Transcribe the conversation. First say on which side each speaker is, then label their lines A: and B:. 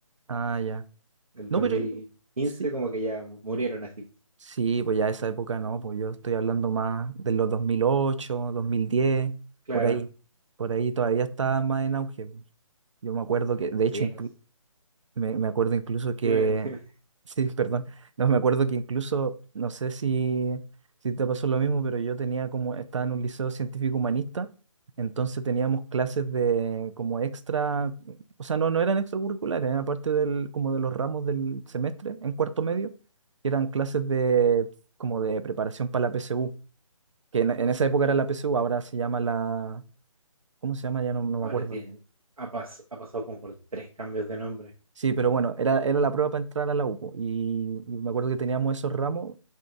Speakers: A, on the right; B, on the right.
A: Ah, ya.
B: del
A: No,
B: dos
A: pero
B: mil quince
A: sí,
B: como que ya mu- murieron así.
A: Sí, pues ya esa época no, pues yo estoy hablando más de los dos dos mil ocho, dos mil diez,
B: Claro,
A: por ahí. Por ahí todavía está más en auge. pues. Yo me acuerdo que, de
B: sí.
A: hecho, inclu-
B: no sé.
A: me, me acuerdo incluso que,
B: Dime- dime.
A: <laughs> sí, perdón, no, me acuerdo que incluso, no sé si, si te pasó lo mismo, pero yo tenía como, estaba en un liceo científico humanista, entonces teníamos clases de como extra, o sea, no, no eran extracurriculares, eran parte del, como de los ramos del semestre, en cuarto medio, que eran clases de, como de preparación para la PSU, que en, en esa época era la PSU, ahora se llama la, ¿cómo se llama? Ya no, no
B: Ahora
A: me acuerdo
B: tiene, ha, pas- ha pasado como por tres cambios de nombre.
A: Sí,
B: Eh,
A: pero bueno, era, era la prueba para entrar a la UPO y, y me acuerdo que teníamos esos ramos